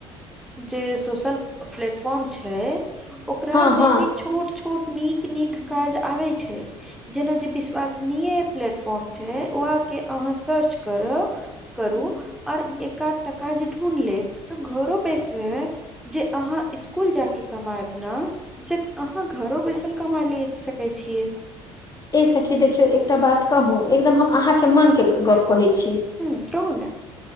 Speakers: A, in the centre; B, on the left.
A: जे सोशल प्लेटफॉर्म छै ओकरा
B: हँ
A: आर
B: हँ
A: में भी छु छोट छोट नीक नीक काज आबै छै जेना जे विश्वसनीय प्लेटफॉर्म छै ओआके अहाँ सर्च करू करू और एकाध टा काज ढूँढ़ लेब त घरो बस हे जे अहाँ स्कुल जाके कमायब ने से अहाँ घरो बैसल कमा ले सकै छिय
B: ए सखी देखियौ एकटा बात कहू एकदम हम अहाँ के मन के गप कहे छी
A: ह कहू ने